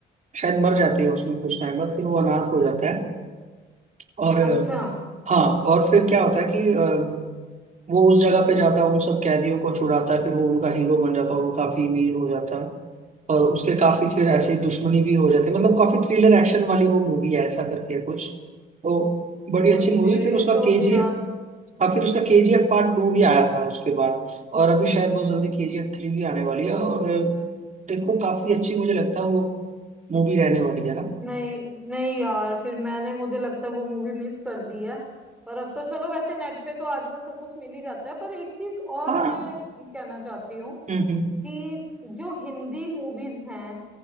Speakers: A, on the right; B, in the centre.
A: शायद मर जाती है उसमें कुछ टाइम बाद फिर वो अनाथ हो जाता है और
B: अच्छा
A: हाँ और फिर क्या होता है कि अ, वो उस जगह पे जाता है उन सब कैदियों को छुड़ाता है फिर वो उनका हीरो बन जाता है वो काफी अमीर हो जाता है और उसके काफी फिर ऐसे ही दुश्मनी भी हो जाती है मतलब काफी थ्रिलर एक्शन वाली वो मूवी है ऐसा करके है कुछ तो बड़ी अच्छी
B: हाँ,
A: मूवी
B: मेरे
A: फिर उसका
B: तो
A: केजीएफ
B: ध्यान
A: अब फिर उसका केजीएफ पार्ट टू भी आया था उसके बाद और अभी शायद बहुत जल्दी केजीएफ थ्री भी आने वाली है और देखो काफी अच्छी मुझे लगता है वो मूवी रहने वाली है ना
B: नहीं नहीं यार फिर मैंने मुझे लगता है वो मूवी मिस कर दी है पर अब तो चलो वैसे नेट पे तो आजकल सब कुछ मिल ही जाता है पर एक चीज और
A: हाँ
B: मैं कहना चाहती हूँ
A: हम्म हम्म
B: कि जो हिंदी मूवीज हैं